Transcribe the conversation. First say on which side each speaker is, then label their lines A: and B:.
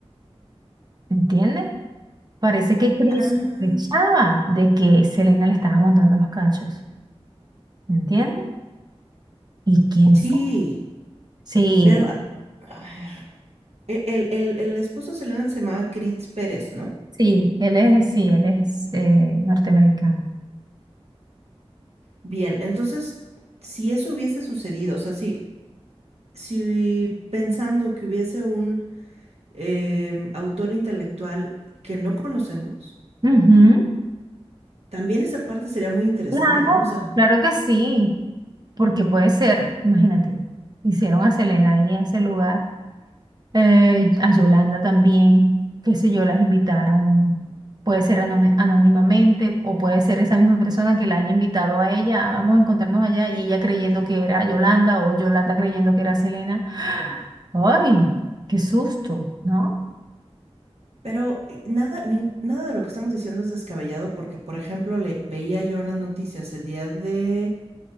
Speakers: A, on the right (about 40°); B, on the right (about 80°).
A: ¿Entiendes? Parece que Chris
B: Ah,
A: sospechaba de que Selena le estaba montando los cachos. ¿Entiendes? ¿Y quién
B: sí,
A: sabe? Sí,
B: pero... A a ver. e- El, el, el esposo de Selena se llamaba Chris Pérez, ¿no?
A: sí, él es, sí, él es eh, norteamericano.
B: Bien, entonces, si eso hubiese sucedido, o sea, si, si pensando que hubiese un em, autor intelectual que no conocemos,
A: Ujú,
B: también esa parte sería muy interesante,
A: Claro,
B: ¿no? O sea,
A: claro que sí, porque puede ser, imagínate, hicieron a Selena ahí en ese lugar eh, a Yolanda también, qué sé yo, las invitaron, puede ser anomi- anónimamente o puede ser esa misma persona que la haya invitado a ella, "Ah, vamos a encontrarnos allá y ella creyendo que era Yolanda o Yolanda creyendo que era Selena. ¡Ay, qué susto! ¿No?
B: pero eh, nada, nin- nada de lo que estamos diciendo es descabellado porque, por ejemplo, le veía yo en las noticias el día de,